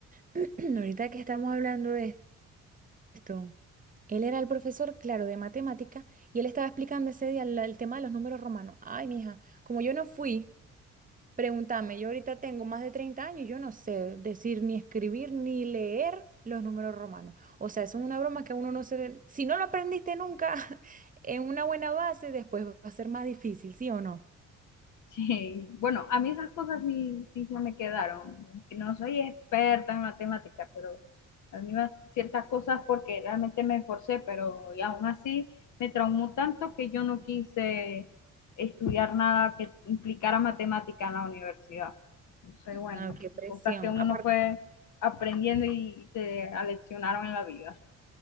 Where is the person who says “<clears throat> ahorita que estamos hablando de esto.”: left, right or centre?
Right